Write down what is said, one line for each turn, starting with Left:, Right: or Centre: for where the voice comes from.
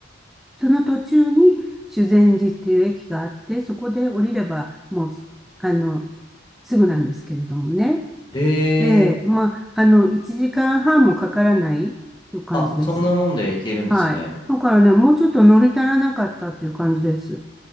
Centre: その途中に修善寺っていう駅があって、そこで降りれば、もう、あの、すぐなんですけれどもね。
Left: え
Centre: えまあ、
Left: えー
Centre: あの、1時間半もかからないという感じです。
Left: あ、そんなもんで行けるんですね。
Centre: はい。だからね、もうちょっと乗り足らなかったっていう感じです。